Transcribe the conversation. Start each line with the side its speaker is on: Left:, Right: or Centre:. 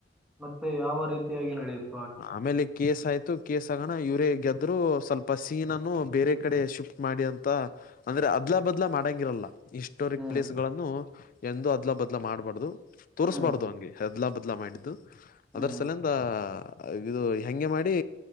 Centre: ಮತ್ತೆ ಯಾವ ರೀತಿಯಾಗಿ ನಡೆಯುತ್ತೆ
Left: ಆಮೇಲೆ ಕೇಶ್ ಆಯ್ತು ಕೇಸಗಣ ಇವರೇ ಗೆದ್ರು ಸ್ವಲ್ಪ ಸೀನ ಅನ್ನು ಬೇರೆ ಕಡೆ ಶಿಫ್ಟ್ ಮಾಡಿ ಅಂತ ಅಂದ್ರೆ ಅದ್ಲಾ ಬದ್ಲ ಮಾಡಂಗಿರಲ್ಲ ಹಿಸ್ಟೋರಿಕ್
Centre: ಹ್ಮ್.
Left: ಪ್ಲೇಸ್ ಗಳನ್ನು ಎಂದ ಅದ್ಲ ಬದ್ಲ ಮಾಡ್ಬಾರ್ದು ತೋರ್ಸ್ಬಾರ್ದು
Centre: ಹ್ಮ್
Left: ಹಂಗೆ ಹೆದ್ಲಾ ಬದ್ಲ ಮಾಡಿದ್ದು
Centre: ಹ್ಮ್
Left: ಅದರ ಸಲಂದ ಇದು ಹಂಗೆ ಮಾಡಿ